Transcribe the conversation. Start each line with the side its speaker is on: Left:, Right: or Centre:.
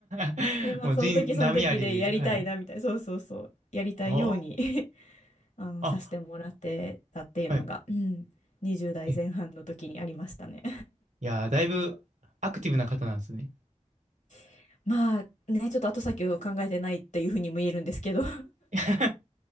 Right: <laughs>
Left: で、まあ、
Right: もう人、
Left: その時その時でやりたいな、
Right: 波ありで、はい。
Left: みたいな。そうそうそう。やりたいように
Right: あー
Left: <laughs> あの、
Right: あ、
Left: させてもらってたっていうのが、
Right: はい。
Left: うん、20代前半の時にありましたね。
Right: え、いやー、だいぶアクティブな方なんですね。
Left: <laughs> まあ、ね、ちょっと後先を考えてないっていうふうにも言えるんですけど
Right: <laughs>